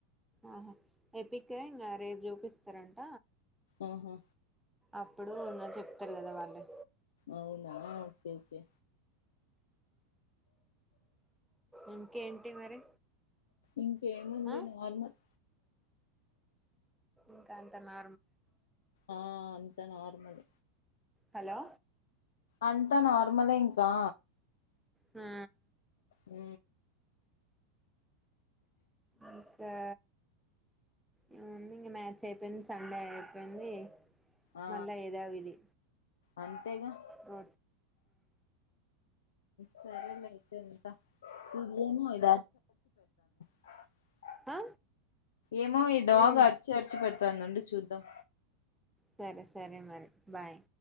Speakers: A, in the centre; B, on the left.
A: అహా ఎప్పిక ఇంగా రేపు చూపిస్తారంట
B: అహా
A: అప్పుడు ఇంగ చెప్తారు కదా వాల్లే
B: అవునా ఓకే ఓకే
A: ఇంకేంటి మరి
B: ఇంకేముంది
A: ఆ
B: నార్మల్
A: ఇంక అంత నా
B: ఆ అంత నార్మల్
A: హలో
B: అంత నార్మలే ఇంకా
A: ఆ
B: ఉ
A: ఇంకా ఏముంది <unintelligible> సెకండ్ సండే అయిపోయింది
B: ఆ
A: మళ్ళా ఏద విది
B: అంతేగా
A: హు
B: సరేలే అయితే వుంట <unintelligible>
A: ఆ
B: ఏమో ఈ డాగ్
A: ఉమ్
B: అరిచి అరిచి పెడతాంది వుండు చూద్దాం
A: సరే సరే మరి బాయ్